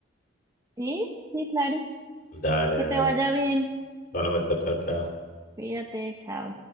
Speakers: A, on the right (about 15°); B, on the left (about 45°).
A: Sí, sí, claro.
B: dale
A: Que
B: dale
A: te vaya bien.
B: bueno un beso, chao chao
A: Cuídate, chao.